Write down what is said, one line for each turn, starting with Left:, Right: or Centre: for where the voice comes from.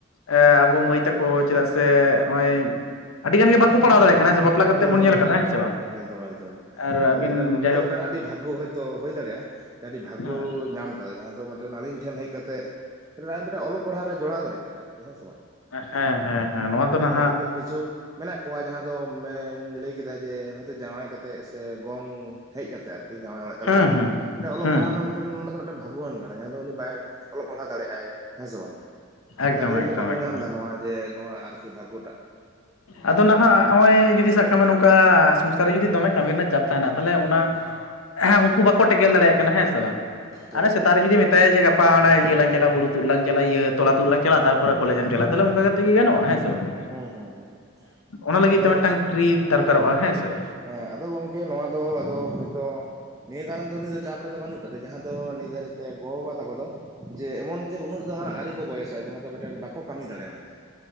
Left: ᱮ ᱟᱵᱚ ᱢᱟᱹᱭ ᱛᱟᱠᱚ ᱪᱮᱫᱟᱜ ᱥᱮ ᱦᱚᱸᱜᱼᱚᱭ ᱟᱹᱰᱤ ᱜᱟᱱ ᱜᱮ ᱵᱟᱠᱚ ᱯᱟᱲᱦᱟᱣ ᱫᱟᱲᱮᱜ ᱠᱟᱱᱟ ᱦᱮᱸ ᱥᱮ ᱵᱟᱯᱞᱟ ᱠᱟᱛᱮᱫ
Right: ᱦᱩᱸ
Left: ᱵᱚᱱ
Right: ᱦᱩᱸ
Left: ᱧᱮᱞ ᱟᱠᱟᱫᱟ
Right: ᱦᱩᱸ ᱦᱩᱸ,
Left: ᱦᱮᱸ ᱥᱮ ᱵᱟᱝ
Right: ᱮᱠᱫᱚᱢ ᱮᱠᱫᱚᱢ
Left: ᱟᱨ
Right: ᱟᱫᱚ
Left: ᱟᱹᱵᱤᱱ
Right: ᱢᱮᱫᱴᱮᱱ ᱩᱱᱤ
Left: ᱡᱟᱭᱦᱳᱠ
Right: ᱫᱚ ᱢᱤᱫᱴᱮᱱ ᱟᱹᱰᱤ ᱵᱷᱟᱜᱜᱳ ᱦᱚᱭ ᱛᱚ ᱦᱩᱭ ᱫᱟᱲᱮᱭᱟᱜ-ᱟ ᱟᱹᱰᱤ ᱵᱷᱟᱜᱜᱳ
Left: ᱦᱮᱸ
Right: ᱧᱟᱢ ᱠᱟᱫᱟᱭ ᱡᱟᱦᱟᱸ ᱫᱚ ᱢᱤᱫᱴᱮᱱ ᱟᱞᱤᱧ ᱴᱷᱮᱱ ᱦᱮᱡ ᱠᱟᱛᱮᱜ ᱟᱡ ᱢᱤᱫᱴᱮᱱ ᱚᱞᱚᱜ ᱯᱟᱲᱦᱟᱜ ᱨᱮ ᱡᱚᱲᱟᱣ ᱫᱟᱲᱮᱜ ᱠᱟᱱᱟᱭ ᱟᱨᱠᱤ, ᱦᱮᱸ ᱥᱮ ᱵᱟᱝ?
Left: ᱦᱮᱸ ᱦᱮᱸ ᱦᱮᱸ, ᱱᱚᱣᱟ ᱫᱚ
Right: ᱟᱫᱚ
Left: ᱫᱟᱱᱦᱟᱜ
Right: ᱦᱳᱭᱛᱳ ᱠᱤᱪᱷᱩ ᱢᱮᱱᱟᱜ ᱠᱚᱣᱟ ᱡᱟᱦᱟᱸ ᱫᱚ ᱢᱮ ᱞᱟᱹᱭ ᱠᱮᱫᱟᱭ ᱡᱮ ᱦᱚᱭᱛ ᱡᱟᱶᱟᱭ ᱠᱟᱛᱮ ᱛᱮᱜ ᱥᱮ ᱜᱚᱝ ᱦᱮᱡ ᱠᱟᱛᱮᱫ ᱟᱨᱠᱤ, ᱡᱟᱶᱟᱭ ᱚᱲᱟᱜ ᱪᱟᱞᱟᱣ
Left: ᱦᱮᱸ
Right: ᱠᱟᱛᱮ
Left: ᱦᱮᱸ
Right: ᱚᱞᱚᱜ
Left: ᱦᱮᱸ
Right: ᱯᱟᱲᱦᱟᱣ ᱨᱮᱱᱟᱜ ᱴᱟᱹᱱ ᱚᱱᱟ ᱫᱚ ᱢᱤᱫᱴᱟᱝ ᱵᱷᱟᱜᱚᱣᱟᱱ ᱠᱟᱱᱟ ᱡᱟᱦᱟᱸ ᱫᱚ ᱩᱱᱤ ᱵᱟᱭ ᱚᱞᱚᱜ ᱯᱟᱲᱦᱟᱣ ᱫᱟᱲᱮᱜ-ᱟᱭ ᱦᱮᱸ ᱥᱮ ᱵᱟᱝ,
Left: ᱮᱠᱫᱚᱢ
Right: ᱟᱫᱚ ᱟᱹᱰᱤ ᱦᱚᱲᱜᱮ
Left: ᱮᱠᱫᱚᱢ
Right: ᱵᱟᱠᱚ
Left: ᱮᱠᱫᱚᱢ
Right: ᱧᱟᱢ ᱫᱟ ᱱᱚᱣᱟ ᱡᱮ ᱱᱚᱣᱟ ᱟᱨᱠᱤ ᱵᱷᱟᱜᱽᱜᱳ ᱴᱟᱜ,
Left: ᱟᱫᱚ ᱱᱟᱦᱟᱜ ᱚᱭ ᱡᱩᱫᱤ ᱥᱟᱵ ᱠᱟᱜ ᱢᱮ ᱱᱚᱝᱠᱟ ᱥᱚᱝᱥᱟᱨ ᱨᱮ ᱡᱩᱫᱤ ᱫᱚᱢᱮ ᱠᱟᱹᱢᱤ ᱨᱮᱱᱟᱜ ᱪᱟᱯ᱾ ᱛᱟᱦᱮᱱᱟ, ᱛᱟᱞᱦᱮ ᱚᱱᱟ ᱦᱮᱸ ᱩᱝᱠᱩ ᱵᱟᱠᱚ ᱴᱮᱠᱮᱞ ᱫᱟᱲᱮᱭᱟᱜ ᱠᱟᱱᱟ ᱦᱮᱸ ᱥᱮ ᱵᱟᱝ ᱾ᱟᱨᱮ
Right: ᱦᱳᱭ
Left: ᱥᱮᱛᱟᱜ
Right: ᱦᱳᱭ
Left: ᱨᱮ ᱡᱩᱫᱤ ᱢᱮᱛᱟᱭᱟ ᱡᱮ ᱜᱟ ᱜᱟᱯᱟ ᱤᱭᱟᱹᱟᱝ ᱪᱟᱟᱜ ᱦᱩᱲᱩᱫ ᱞᱟᱝ ᱪᱟᱞᱟᱜ ᱯᱟ ᱚᱱᱟ ᱤᱭᱟᱹ ᱞᱟᱝ ᱪᱟᱞᱟᱜ ᱦᱩᱲᱩ ᱛᱩᱫ ᱞᱟᱝ ᱪᱟᱞᱟᱜ ᱤᱭᱟᱹ ᱛᱚᱞᱟ ᱛᱩᱫ ᱞᱟᱝ ᱪᱟᱞᱟᱜ ᱛᱟᱨᱯᱚᱨᱮ ᱠᱚᱞᱮᱡᱮᱢ ᱪᱟᱞᱟᱜ-ᱟ, ᱛᱦᱟᱞᱮ ᱚᱝᱠᱟ ᱠᱟᱛᱮᱜ ᱜᱮ ᱜᱟᱱᱚᱜ-ᱟ ᱦᱮᱸ ᱥᱮᱸ ᱵᱟᱝ᱾
Right: ᱦᱩᱸ ᱦᱩᱸ ᱦᱩᱸ,
Left: ᱚᱱᱟ ᱞᱟᱹᱜᱤᱫ
Right: ᱟᱫᱚ
Left: ᱛᱮ ᱢᱤᱫᱴᱟᱝ ᱯᱷᱨᱤ ᱫᱚᱨᱠᱟᱨᱚᱜ-ᱟ ᱦᱮᱸ ᱥᱮ᱾
Right: ᱦᱮᱸ ᱟᱫᱚ ᱜᱚᱝᱠᱮ ᱱᱚᱣᱟ ᱫᱚ ᱟᱫᱚ ᱦᱳᱭᱛᱚ, ᱱᱤᱭᱟᱹ ᱠᱟᱨᱚᱱ ᱛᱮ ᱩᱱᱤ ᱫᱚ ᱪᱟᱯ ᱨᱮᱫᱚ ᱵᱟᱹᱱᱩᱜ ᱠᱟᱫᱮ, ᱡᱟᱦᱟᱸ ᱫᱚ ᱱᱤᱛ ᱫᱷᱟᱹᱨᱤᱡ ᱛᱮ ᱜᱚ ᱵᱟᱵᱟ ᱛᱟᱠᱚ ᱫᱚ ᱡᱮ ᱮᱢᱚᱱ ᱡᱮ ᱩᱱᱟᱹᱜ ᱫᱚ ᱦᱟᱜ ᱟᱹᱣᱨᱤ ᱠᱚ ᱵᱚᱭᱮᱥᱚᱜ-ᱟ, ᱡᱟᱦᱟᱸ ᱫᱚ ᱢᱤᱫᱮᱱ ᱵᱟᱠᱚ ᱠᱟᱹᱢᱤ ᱫᱟᱲᱮᱭᱟᱜ-ᱟ ᱢᱮᱱᱛᱮ᱾